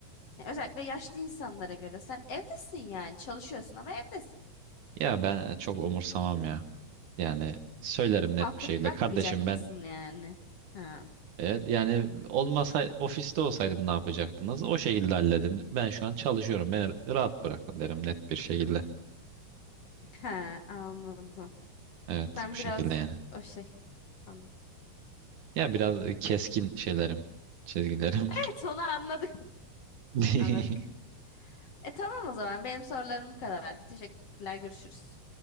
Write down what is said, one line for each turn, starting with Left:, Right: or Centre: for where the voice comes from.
Left: Yani özellikle yaşlı insanlara göre sen evdesin yani çalışıyorsun ama evdesin.
Right: Ya ben çok umursamam ya. Yani söylerim net
Left: Kalkıp
Right: bir şekilde.
Left: bakmayacak
Right: Kardeşim
Left: mısın
Right: ben
Left: yani? Ha,
Right: Evet, yani olmasa ofiste olsaydım ne yapacaktınız? O şekilde halledin. Ben şu an çalışıyorum. Beni rahat bırakın derim net bir şekilde.
Left: ha anladım.
Right: Evet,
Left: Sen
Right: bu şekilde
Left: biraz
Right: yani.
Left: o şey anladım.
Right: Ya biraz keskin şeylerim, çizgilerim.
Left: Evet onu anladık.
Right: <laughs>
Left: Anladık. E tamam o zaman benim sorularım bu kadardı. Teşekkürler görüşürüz.